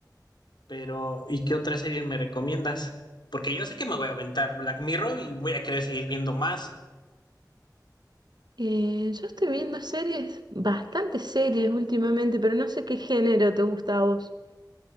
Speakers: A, on the left; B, on the right.
A: Pero, ¿y qué otra serie me recomiendas? Porque yo sé que me voy a aventar Black Mirror y voy a querer seguir viendo más.
B: Eh, yo estoy viendo series, bastantes series últimamente, pero no sé qué género te gusta a vos.